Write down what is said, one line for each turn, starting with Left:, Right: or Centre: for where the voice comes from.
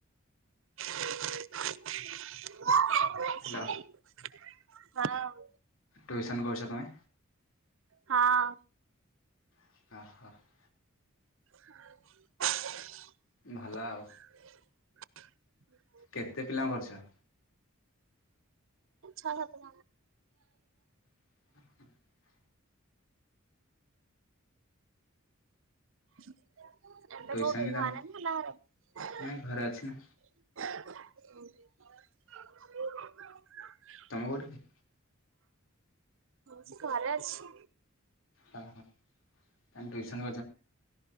Right: <inaudible>
Left: ହେଲା ଟୁଇସନ୍ କରିଛ ତମେ।
Right: ହଁ।
Left: <inaudible>
Right: <inaudible>
Left: ଭଲ ଆଉ।
Right: <inaudible>
Left: କେତେ ପିଲାଙ୍କୁ କରିଛ?
Right: ଛଲ ତ
Left: <inaudible>
Right: <inaudible> ଏଟେ
Left: ଟ୍ୟୁସନ୍
Right: କୁଟି
Left: ବି ତାନେ
Right: ଆରନ ହେଲାରେ <unintelligible>
Left: ନାଇଁ ଘରେ ଅଛି ନା ତମେ କୋଉଠି?
Right: ସେ ଘରେ ଅଛି।
Left: ହଁ ହଁ। ତା ଟ୍ୟୁସନ୍